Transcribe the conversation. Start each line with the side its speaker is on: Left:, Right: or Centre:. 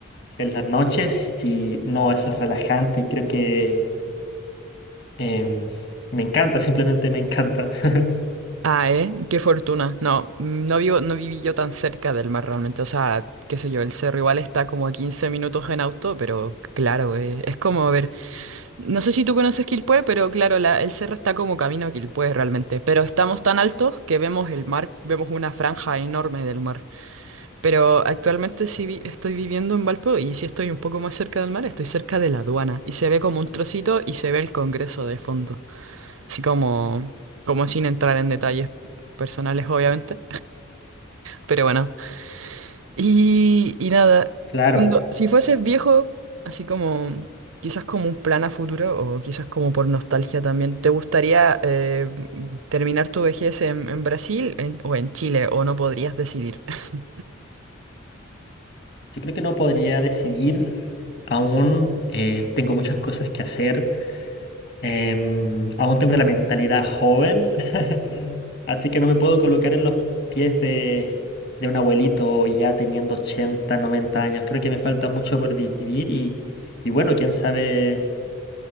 Left: en las noches y no, eso es relajante y creo que Em, me encanta, simplemente me encanta. <laughs>
Right: Ah, ¿eh? Qué fortuna. No, no vivo, no viví yo tan cerca del mar realmente. O sea, qué sé yo, el cerro igual está como a 15 minutos en auto, pero claro, eh, es como ver No sé si tú conoces Quilpué, pero claro, la- el cerro está como camino a Quilpué realmente. Pero estamos tan altos que vemos el mar, vemos una franja enorme del mar. Pero actualmente sí vi- estoy viviendo en Valpo y sí estoy un poco más cerca del mar, estoy cerca de la aduana. Y se ve como un trocito y se ve el Congreso de fondo. Así como, como sin entrar en detalles personales, obviamente. Pero bueno, y, y nada,
Left: Claro,
Right: cuando, si fueses viejo, así como quizás como un plan a futuro o quizás como por nostalgia también, ¿te gustaría eh, terminar tu vejez en, en Brasil en- o en Chile o no podrías decidir? <laughs>
Left: yo creo que no podría decidir aún. eh, tengo muchas cosas que hacer. em, aún tengo la mentalidad joven. <laughs> Así que no me puedo colocar en los pies de, de un abuelito ya teniendo 80, 90 años. Creo que me falta mucho por vivir y, y bueno, quién sabe